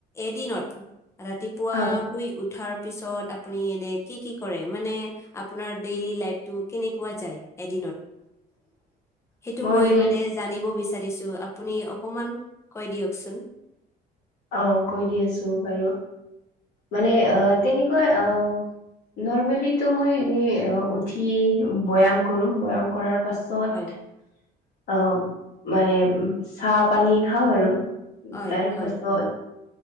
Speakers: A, on the left (about 15°); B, on the left (about 75°).
A: এদিনত ৰাতিপুৱা
B: হয়
A: শুই উঠ উঠাৰ পিছত আপুনি এনে কি কি কৰে? মানে আপোনাৰ ডেইলি লাইফটো কেনেকুৱা যায় এদিনত
B: <unintelligible>
A: সেইটো মই
B: ডেইলি
A: মানে জানিব বিচাৰিছো আপ আপুনি অকণমান কৈ দিয়কচোন।
B: অ কৈ দি আছো বাৰু, মানে আহ তেনেকুৱা আহ নৰ্মেলি মই এনে উঠি ব্যয়াম কৰো, ব্যয়াম কৰাৰ পাছত
A: হয়
B: অ মানে চাহ পানী খাওঁ আৰু
A: হয়
B: তাৰ
A: হয়
B: পাছত